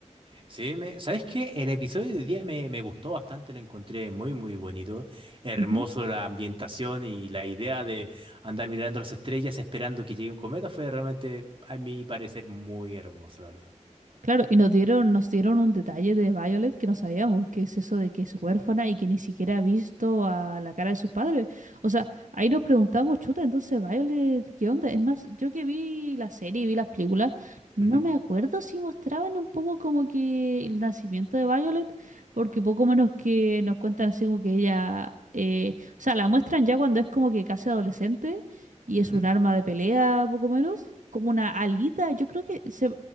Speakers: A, on the right; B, on the right.
A: Sí, me, ¿sabes qué? El episodio de hoy día me, me gustó bastante, lo encontré muy, muy bonito. Hermoso
B: Ujú.
A: la ambientación y la idea de andar mirando las estrellas esperando que llegue un cometa fue realmente, a mi parecer, muy hermoso, la verdad.
B: Claro, y nos dieron, nos dieron un detalle de Violet que no sabíamos, que es eso de que es huérfana y que ni siquiera ha visto a la cara de sus padres. O sea, ahí nos preguntamos, chuta, entonces Violet, ¿qué onda? Es más, yo que vi la serie y vi las películas, no
A: Ujú,
B: me acuerdo si mostraban un poco como que el nacimiento de Violet, porque poco menos que nos cuentan así como que ella, eh, o sea, la muestran ya cuando es como que casi adolescente y
A: ujú.
B: es un arma de pelea, poco menos, como una alita. Yo creo que se,